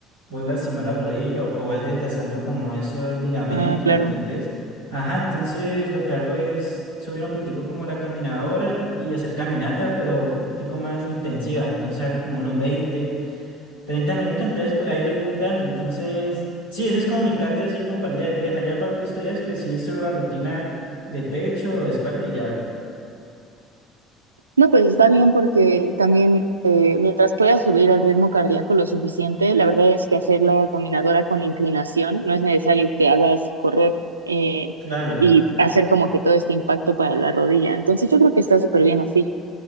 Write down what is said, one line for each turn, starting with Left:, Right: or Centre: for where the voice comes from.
Left: vos lastimás la rodilla o, o vas desgastando como esos ligamentos,
Right: Ah, claro.
Left: ¿me entendés? Ajá, entonces lo que hago es subir un pitico como la caminadora y hacer caminata, pero un pitico más intensiva. Entonces hago como unos veinte treinta minutos, entonces pues, ahí lo voy dando. Entonces, sí, ese es como mi cardio así como para el día de pierna. Ya para el resto de días, pues sí, solo la rutina de pecho, espalda y ya.
Right: No, pues está bien porque también eh, mientras puedas subir el ritmo cardíaco lo suficiente, la verdad es que hacer la caminadora con inclinación no es necesario que hagas correr eh,
Left: Claro.
Right: y hacer como que todo este impacto para la rodilla. Entonces yo creo que está súper bien así.